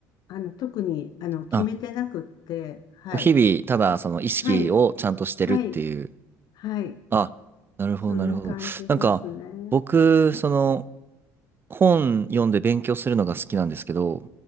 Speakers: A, on the left; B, on the right.
A: あの、特に、あの、決めてなくって、
B: あ、
A: はい。
B: こう日々、ただその意識をちゃんとしてるっていう。
A: はい。はい。はい。
B: あ、なるほど、
A: そんな感じですね。
B: なるほど。なんか、僕、その、本読んで勉強するのが好きなんですけど、